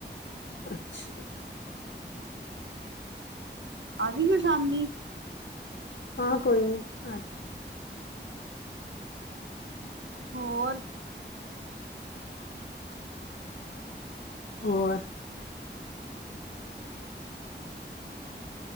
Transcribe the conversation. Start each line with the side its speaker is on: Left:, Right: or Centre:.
Left: ਅੱਛਾ।
Right: ਆ ਜਾਈਏ ਸ਼ਾਮੀ।
Left: ਹਾਂ, ਕੋਈ ਨੀ ਆਜੋ।
Right: ਹੋਰ।
Left: ਹੋਰ।
Right: ਵਧੀਆ।